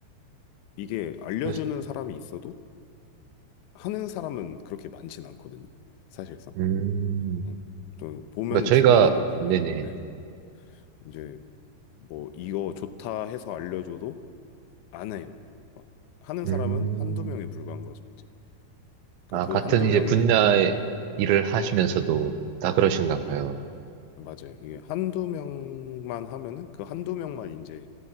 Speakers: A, on the left; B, on the right.
A: 이게 알려주는
B: 그래서
A: 사람이 있어도 하는 사람은 그렇게 많진 않거든요. 사실상.
B: 음,
A: 음. 또 보면은
B: 그러니까 저희가
A: 주변에도 보면은
B: 네네.
A: 네. 이제 뭐 이거 좋다 해서 알려줘도 안 해요. 막 하는 사람은
B: 음,
A: 한두 명에 불과한 거죠, 이제. 그러니까
B: 아
A: 그
B: 같은
A: 한두
B: 이제
A: 명이
B: 분야의
A: 네.
B: 일을 하시면서도
A: 네.
B: 다 그러신가 봐요.
A: 맞아요. 이게 한두 명만 하면은 그 한두 명만 이제